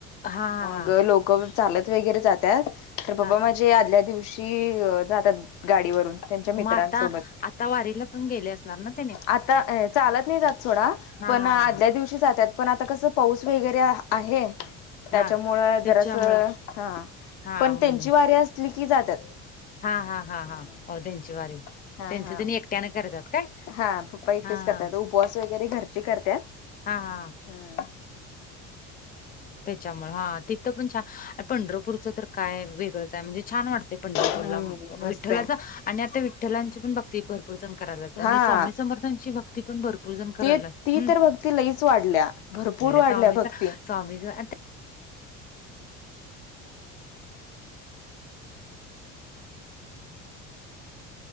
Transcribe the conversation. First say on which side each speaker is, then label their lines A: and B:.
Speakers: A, on the left; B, on the left.
A: हा हा
B: मग
A: हा
B: लोक चालत वगैरे जातात. तर पप्पा
A: हा
B: माझे आदल्या दिवशी की जातात. गाडीवरून त्यांच्या मित्रांसोबत
A: मग आता आता वारीला पण गेले असणार ना त्याने
B: आता चालत नाही जात. सोडा
A: हा
B: पण
A: हा
B: आदल्या दिवशी जातात. पण आता कसं! पाऊस वगैरे आहे. त्याच्यामुळं
A: हा हा त्याच्यामुळं
B: जरासं हा
A: हा
B: पण
A: हम्म.
B: त्यांची वारी असली की जातात.
A: हा हा हा
B: हम्म
A: हा, हो त्यांची
B: असे
A: वारी
B: हा
A: त्यांच
B: हा
A: त्यांनी एकट्याने करतात काय?
B: हा पप्पा एकटेच
A: हा
B: करतात.
A: हा
B: उपवास वगैरे घरचे करत्यात.
A: हा हा
B: ह
A: त्याच्यामुळे हा तिथं पण छान पंढरपूरचं तर काय वेगळंच आहे. म्हणजे छान वाटते. पंढरपूरला
B: हम्म मस्त
A: विठ्ठलाचा
B: आहे
A: आणि आता विठ्ठलांची पण भक्ती भर भरपूर जण करायला.
B: हा
A: आणि स्वामी समर्थांची भक्ती पण भरपूर जण करायला.
B: ते ती
A: हम्म
B: तर भक्ती लईच वाढल्या भरपूर वाढल्या
A: स्वामीच
B: भक्ती
A: स्वामीच आता